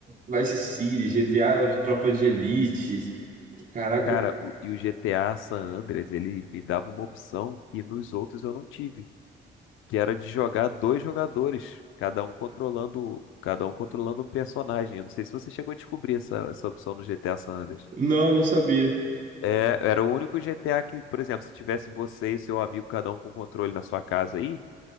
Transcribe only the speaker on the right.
Vice City, GTA, Tropa de Elite. Caraca,
não, não sabia.